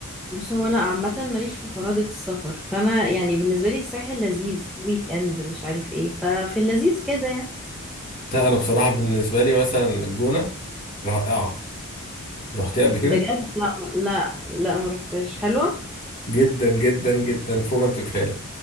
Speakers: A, in the centre; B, on the left.
A: بص هو انا عامه ماليش في فرادة السفر فانا يعني بالنسبه لي الساحل لذيذ ويك اند مش عارف ايه ففي اللذيذ كده يعني
B: لا انا بصراحه بالنسبه لي مثلا الجونه رائعه رحتيها قبل كده
A: بجد لا لا لا ما رحتش حلوه
B: جدا جدا جدا فوق ما انت تتخيلي